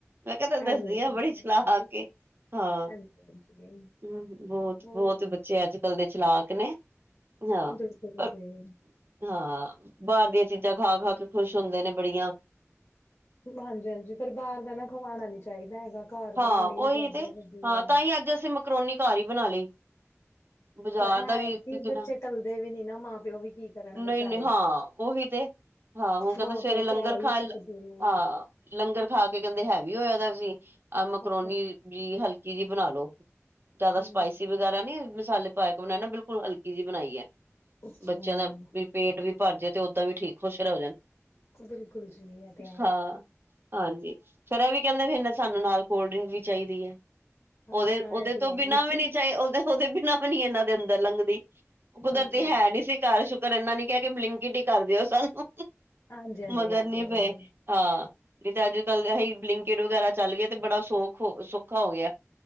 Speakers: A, on the right; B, on the left.
A: ਮੈਂ ਕਿਹਾ ਤੈਨੂੰ ਦੱਸਦੀ
B: ਐਵੇਂ ਹੀ
A: ਆ
B: ਹੁੰਦਾ
A: ਬੜੀ ਚਲਾਕ ਏ। ਹਾਂ,
B: ਹਾਂਜੀ ਹਾਂਜੀ
A: ਹੂੰ ਬਹੁਤ-ਬਹੁਤ
B: ਹੋਰ
A: ਬਚ ਬੱਚੇ ਅੱਜ-ਕੱਲ ਦੇ ਚਲਾਕ ਨੇ ਹਾਂ
B: ਬਿਲਕੁਲ
A: ਪਰ
B: ਬਿਲਕੁਲ
A: ਹਾਂ, ਬਾਹਰ ਦੀਆਂ ਚੀਜ਼ਾਂ ਖਾ-ਖਾ ਕੇ ਖੁਸ਼ ਹੁੰਦੇ ਨੇ ਬੜੀਆਂ।
B: ਹਾਂਜੀ-ਹਾਂਜੀ, ਪਰ ਬਾਹਰ ਦਾ ਨਾ ਖਵਾਉਣਾ ਨੀ ਚਾਹੀਦਾ ਹੈਗਾ ਘਰ
A: ਹਾਂ
B: ਬਣਾਨ ਲਈ
A: ਉਹੀ
B: ਜਿਆਦਾ
A: ਤੇ
B: ਕਦੀ
A: ਹਾਂ
B: ਐ।
A: ਤਾਂ ਹੀ ਅੱਜ ਅਸੀਂ ਮਕਰੋਨੀ ਘਰ ਹੀ ਬਣਾ ਲਈ। ਬਜ਼ਾਰ
B: ਪਰ ਇਹ
A: ਦਾ
B: ਹੈ
A: ਵੀ
B: ਕਿ
A: ਕਿਣਾ,
B: ਬੱਚੇ ਟਲਦੇ ਵੀ ਨੀ ਨਾ ਮਾਂ ਪਿਓ ਵੀ ਕੀ ਕਰਨ
A: ਨਹੀਂ-ਨਹੀਂ
B: ਵਿਚਾਰੇ
A: ਹਾਂ, ਉਹੀ ਤੇ ਹਾਂ, ਹੁਣ ਕਹਿੰਦੇ
B: ਮਾਂ
A: ਸਵੇਰੇ
B: ਪਿਓ
A: ਲੰਗਰ
B: ਕਹਿ ਹੀ
A: ਖਾਣ
B: ਸਕਦੇ ਨੇ
A: ਹਾਂ, ਲੰਗਰ ਖਾ ਕੇ ਕਹਿੰਦੇ ਹੈਵੀ ਹੋਇਆ ਦਾਸੀਂ, ਇਹ ਮਕਰੋਨੀ
B: ਅੱਛਾ ਜੀ।
A: ਵੀ ਹਲਕੀ ਜਿਹੀ ਬਣਾ ਲੋ, ਜਿਆਦਾ
B: ਹਮ
A: ਸਪਾਈਸੀ ਵਗੈਰਾ ਨੀ ਮਸਾਲੇ ਪਾਕੇ ਬਣਾਣਾ ਬਿਲਕੁਲ ਹਲਕੀ ਜੀ ਬਣਾਈ ਹੈ,
B: ਅੱਛਾ
A: ਬੱਚਿਆਂ
B: ਜੀ
A: ਦਾ ਵੀ ਪੇਟ ਵੀ ਭਰ ਜਏ ਤੇ ਓਦਾਂ ਵੀ ਠੀਕ ਖੁਸ਼ ਰ ਹੋ ਜਾਣ
B: ਬਿਲਕੁਲ ਜੀ ਇਹ ਤੇ ਹੈ ਹੀ
A: ਹਾਂ
B: ਹੈ
A: ਹਾਂਜੀ, ਫੇਰ ਇਹ ਵੀ ਕਹਿੰਦੇ ਸਾਨੂੰ ਨਾਲ ਕੋਲਡ ਡਰਿੰਕ ਵੀ ਚਾਹੀਦੀ ਹੈ।
B: ਹਾਂ
A: ਉਹਦੇ-ਉਹਦੇ
B: ਇਹ ਤੇ
A: ਤੋਂ
B: ਹੈ
A: ਬਿਨਾਂ
B: ਹੀ ਹੈ।
A: ਵੀ ਨੀ ਚਾਹੀ ਉਹਦੇ-ਉਹਦੇ ਬਿਨਾਂ ਨ ਇਹਨਾਂ ਦੇ ਅੰਦਰ ਲੰਘਗਦੀ ਕੁਦਰਤੀ
B: ਹਮ, ਇਹ
A: ਹੈ
B: ਤੇ
A: ਨੀ ਸੀ ਘਰ ਸੁਕਰ ਪਰ ਇਹਨਾ ਨੀ ਕਿਹਾ ਕੇ ਬਰਿੰਕਟ ਹੀ ਕਰ ਦਿਓ ਸਾਨੂੰ
B: ਹਾਂਜੀ ਹਾਂਜੀ
A: ਮਗਰ
B: ਇਹ
A: ਨੀ
B: ਤੇ ਹੈ
A: ਪਏ।
B: ਹੀ ਹੈ
A: ਹਾਂ, ਨਹੀਂ ਤੇ ਅੱਜ-ਕੱਲ ਅ ਬਰਿੰਕਟ ਵਗੈਰਾ ਚੱਲ ਗਏ ਤੇ ਬੜਾ ਸੌਖ ਹੋ ਸੌਖਾ ਹੋ ਗਿਆ।